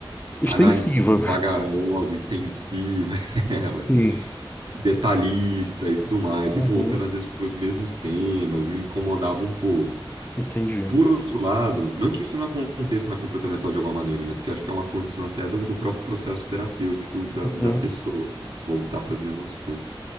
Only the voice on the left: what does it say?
Extensiva.
<laughs> Sim.
Uhum.
Entendi.
Uhum.